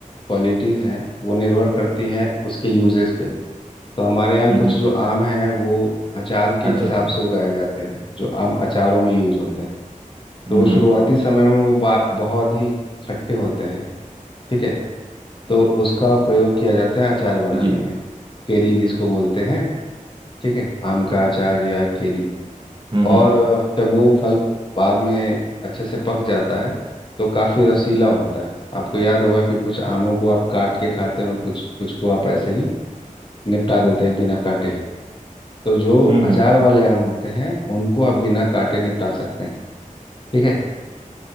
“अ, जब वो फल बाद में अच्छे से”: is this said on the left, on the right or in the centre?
Left